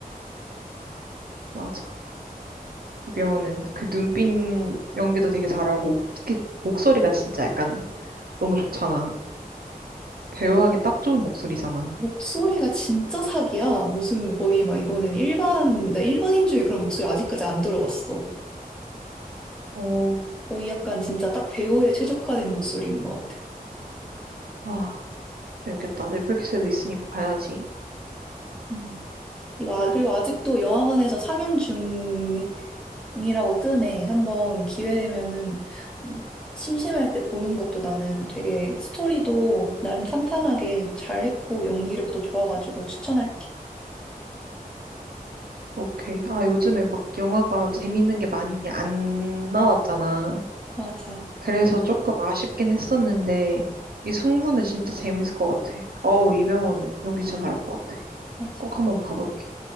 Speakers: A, on the right; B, in the centre.
A: 맞아. 이병헌은 그 눈빛 연기도 되게 잘하고, 특히 목소리가 진짜 약간 너무 좋잖아. 배우하기 딱 좋은 목소리잖아.
B: 목소리가 진짜 사기야. 무슨 거의 막 이거는 일반, 나 일반인 중에 그런 목소리 아직까지 안 들어봤어.
A: 어,
B: 거의 약간 진짜 딱 배우에 최적화된 목소리인 것 같아.
A: 아, 재밌겠다. 넷플릭스에도 있으니까 봐야지.
B: 음. 이거, 아- 그리고 아직도 영화관에서 상영 중이라고 뜨네. 한번 기회 되면은 음, 심심할 때 보는 것도 나는 되게 스토리도 나름 탄탄하게 잘했고 연기력도 좋아가지고 추천할게.
A: 오케이. 아, 요즘에 막 영화가 재밌는 게 많이 안 나왔잖아.
B: 맞아,
A: 그래서 조금 아쉽긴 했었는데, 이 승부는 진짜 재밌을 것 같아. 어우, 이병헌 연기 진짜 잘할 것 같아.
B: 맞아.
A: 꼭 한번 봐볼게.